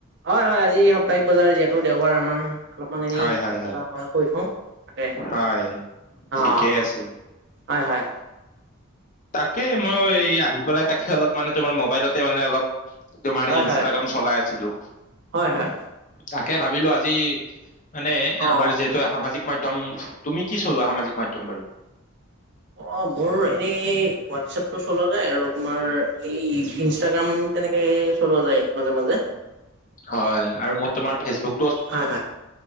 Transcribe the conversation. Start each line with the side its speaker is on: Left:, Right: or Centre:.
Right: হয়, হয়, আজি সপ্তাহিক বজাৰ যিহেতু দেওবাৰ আমাৰ অলপমান এনেই
Left: হয় হয় হয়,
Right: বজাৰ কৰি থওঁ। তাকে
Left: হয়, ঠিকেই
Right: অ'
Left: আছে।
Right: হয় হয়
Left: তাকে, মই এই আহি পেলাই তাকে অলপমান তোমাৰ মোবাইলতে মানে অলপ তোমাৰ
Right: হয়
Left: এই ইনষ্টাগ্ৰাম
Right: হয়
Left: চলাই আছিলো।
Right: হয় হয়
Left: তাকে ভাবিলো আজি মানে
Right: অ'
Left: আমাৰ যিহেতু সামাজিক মাধ্যম। তুমি কি চলোৱা সামাজিক মাধ্যম বাৰু,
Right: অ মোৰ এনেই হোৱাটছএপতটো চলোৱা যায় আৰু তোমাৰ এ ইনষ্টাগ্ৰাম। তেনেকে চলোৱা যায় মাজে মাজে।
Left: হয় আৰু মই তোমাৰ ফেচবুক।
Right: হয় হয়